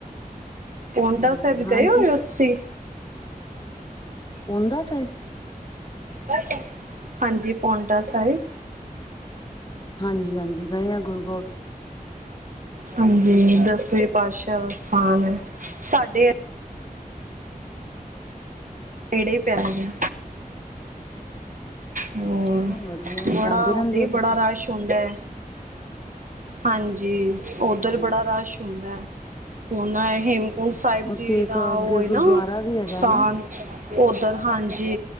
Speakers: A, on the right (about 60°); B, on the left (about 30°).
A: ਪਾਉਂਟਾ
B: ਹਾਂ
A: ਸਾਹਿਬ ਗਏ
B: ਹਾਂਜੀ
A: ਹੋਏ ਹੋ ਤੁਸੀਂ
B: ਪਾਉਂਟਾ ਸਾਹਿਬ
A: ਹਾਂਜੀ, ਪਾਉਂਟਾ ਸਾਹਿਬ।
B: ਹਾਂਜੀ-ਹਾਂਜੀ, ਗਏ ਆਂ ਗੁਰ
A: ਹਾਂਜੀ। ਦਸਵੇ ਪਾਤਸ਼ਾਹ ਸਥਾਨ ਹੈ, ਸਾਡੇ ਨੇੜੇ ਹੀ ਪੈਗਿਆ। ਹੋਰ,
B: ਅੱਛਾ ਵਧੀਆ
A: ਬੜਾ
B: ਜਾਂਦੇ
A: ਓਹਦਾਂ
B: ਰਹਿੰਦੇ
A: ਹੀ
B: ਹੋ ਤੁਸੀਂ
A: ਬੜਾ ਰਸ਼ ਹੁੰਦੈ, ਹਾਂਜੀ। ਉੱਧਰ
B: ਹਮ
A: ਬੜਾ ਰਸ਼ ਹੁੰਦਾ ਐ। ਉਹਨਾ ਏ ਹੇਮਕੁੰਟ ਸਾਹਿਬ
B: ਉੱਥੇ
A: ਜੀ
B: ਇੱਕ
A: ਦਾ
B: ਅੱਗੇ
A: ਉਹ ਏ
B: ਗੁਰਦੁਆਰਾ
A: ਨਾ,
B: ਵੀ ਹੈਗਾ
A: ਸਥਾਨ।
B: ਨਾ
A: ਉੱਧਰ, ਹਾਂਜੀ।